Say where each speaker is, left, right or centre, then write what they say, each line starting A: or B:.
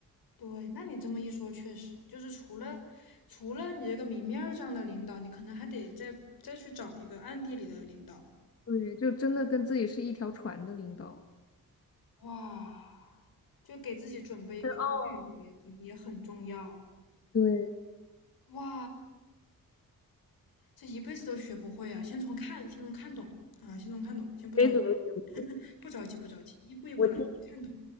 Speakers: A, on the left; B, on the left.
A: 对，那你这么一说，确实就是除了除了你这个明面儿上的领导，你可能还得再再去找一个暗地里的领导。
B: 对，就真的跟自己是一条船的领导。
A: 哇，就给自己准备一个退路也很也很重要。
B: 哦，对，
A: 哇，这一辈子都学不会啊！先从看，先从看懂啊，先从看懂，
B: <laughs>
A: 先不着急，
B: 谁怎么学不会，
A: 不着急，不着急，一步一步来，
B: 我听
A: 先看懂。